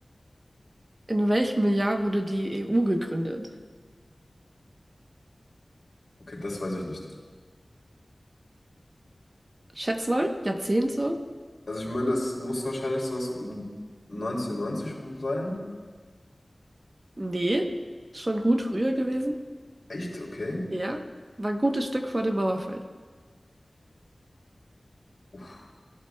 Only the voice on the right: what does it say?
In welchem Jahr wurde die EU gegründet?
Schätz mal, Jahrzehnte?
Nee, schon gut früher gewesen.
Ja, war ein gutes Stück vor dem Mauerfall.